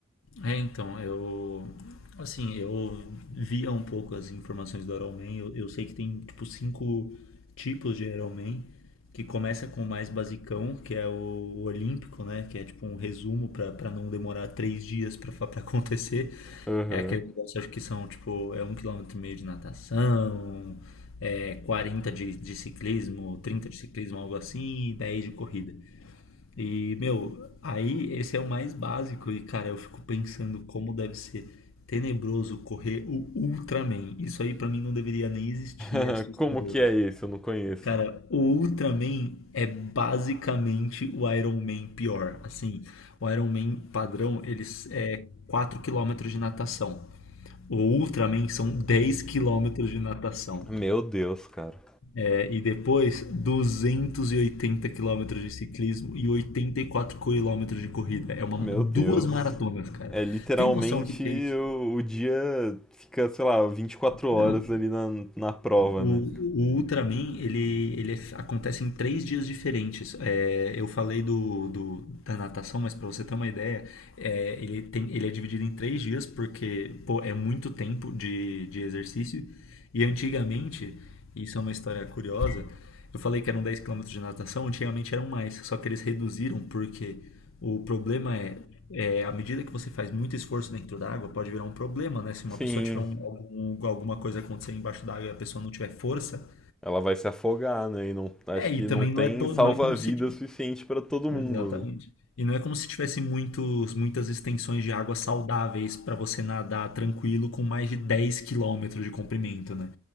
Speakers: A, on the left; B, in the centre.
A: É, então, eu. Assim, eu via um pouco as informações do Iron Man. Eu, eu sei que tem, tipo, cinco tipos de Iron Man. Que começa com o mais basicão, que é o, o Olímpico, né? Que é, tipo, um resumo pra pra não demorar três dias pra fa- pra acontecer.
B: Aham.
A: É aquele negócio, acho que são, tipo, é um quilômetro e meio de natação, é 40 de, de ciclismo, 30 de ciclismo, algo assim, e 10 de corrida. E, meu, aí esse é o mais básico e, cara, eu fico pensando como deve ser tenebroso correr o Ultraman. Isso aí pra mim não deveria nem existir,
B: <laughs>
A: é assustador.
B: Como que é esse? Eu não conheço.
A: Cara, o Ultraman é basicamente o Iron Man pior. Assim, o Iron Man padrão, eles é 4 quilômetros de natação. O Ultraman são 10 quilômetros de natação.
B: Meu Deus, cara.
A: É, E depois, 280 quilômetros de ciclismo e 84 quilômetros de corrida. É uma,
B: Meu
A: duas
B: Deus.
A: maratonas, cara.
B: É literalmente
A: Tem noção do que que é isso?
B: o, o dia fica, sei lá, 24 horas
A: Não,
B: ali na, na prova,
A: O,
B: né?
A: o Ultraman, ele, ele é- acontece em três dias diferentes. É, eu falei do, do- da natação, mas para você ter uma ideia, é, ele, tem, ele é dividido em três dias porque pô, é muito tempo de, de exercício. E antigamente, isso é uma história curiosa, eu falei que eram 10 quilômetros de natação, antigamente eram mais, só que eles reduziram porque o problema é é, à medida que você faz muito esforço dentro da água, pode virar um problema, né? Se uma
B: Sim,
A: pessoa tiver um- algum- alguma coisa acontecer embaixo da água e a pessoa não tiver força,
B: Ela vai se afogar, né? E não, acho
A: é,
B: que
A: e também
B: não tem
A: não é, to-
B: salva-vida
A: não é como se.
B: suficiente pra todo mundo,
A: Exatamente.
B: né?
A: E não é como se tivesse muitos, muitas extensões de água saudáveis para você nadar tranquilo com mais de 10 quilômetros de comprimento, né?